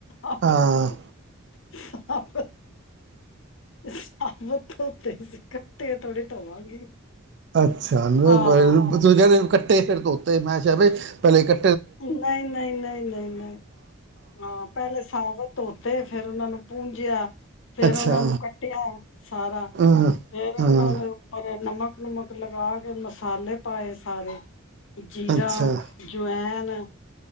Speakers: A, on the left; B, on the right.
A: ਆਪ-ਆਪ।
B: ਹਾਂ
A: ਧੋਤੇ ਸੀ, ਕੱਟੇ ਥੋੜੇ ਧੋਵਾਂਗੀ।
B: ਅੱਛਾ।
A: ਆਹੋ
B: ਦੂਜੇ ਨੇ ਫਿਰ ਧੋਤੇ, ਮੈਚਰ ਵੇਚ ਪਹਿਲੇ ਇਕੱੇ
A: ਨਹੀਂ, ਨਹੀਂ, ਨਹੀਂ, ਨਹੀਂ, ਨਹੀਂ। ਹਾਂ, ਪਹਿਲੇ ਸਾਬਤ ਧੋ ਤੇ ਫੇਰ, ਉਹਨਾ ਨੂੰ ਪੂੰਜਿਆ। ਫੇਰ
B: ਅੱਛਾ
A: ਉਹਨਾਂ ਨੂੰ ਕੱਟਿਆ, ਸਾਰਾ
B: ਹਾਂ
A: ਫੇਰ, ਉਹਨਾਂ
B: ਹਾਂ
A: ਦੇ ਉੱਪਰ ਨਮਕ, ਨੁਮਕ ਲਗਾ ਕੇ, ਮਸਾਲੇ ਪਾਏ ਸਾਰੇ। ਜੀਰਾ,
B: ਅੱਛਾ
A: ਜਵੈਨ। ਨਾ